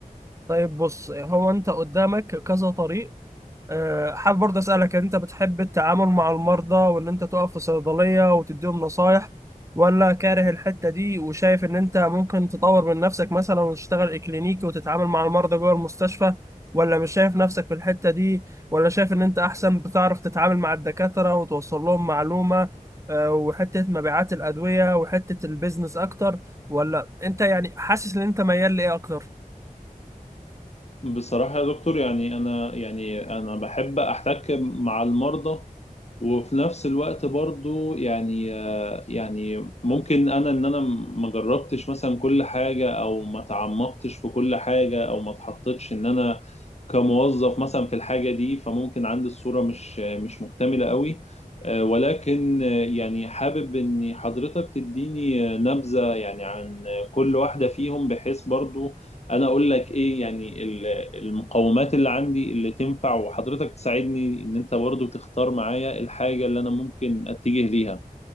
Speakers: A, on the right; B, on the left.
A: طيب بص هو انت قدامك كذا طريق آه، حابب برضه اسالك انت بتحب التعامل مع المرضى وان انت تقف في صيدليه وتديهم نصايح ولا كاره الحته دي وشايف ان انت ممكن تطور من نفسك مثلا وتشتغل كلينيكي وتتعامل مع المرضى جوه المستشفى ولا مش شايف نفسك في الحته دي ولا شايف ان انت احسن بتعرف تتعامل مع الدكاتره وتوصل لهم معلومه آه، وحته مبيعات الادويه وحته البيزنس اكتر ولا انت يعني حاسس ان انت ميال لايه اكتر
B: بصراحة يا دكتور يعني أنا يعني أنا بحب أحتك مع المرضى وفي نفس الوقت برضو يعني آه، يعني ممكن أنا إن أنا ما جربتش مثلا كل حاجة أو ما تعمقتش في كل حاجة أو ما اتحطتش إن أنا كموظف مثلا في الحاجة دي فممكن عندي الصورة مش مش مكتملة قوي آه، ولكن آه، يعني حابب إن حضرتك تديني آه، نبذة يعني عن كل واحدة فيهم بحيث برضو انا اقول لك ايه يعني المقومات اللي عندي اللي تنفع وحضرتك تساعدني ان انت برضو تختار معايا الحاجة اللي انا ممكن اتجه ليها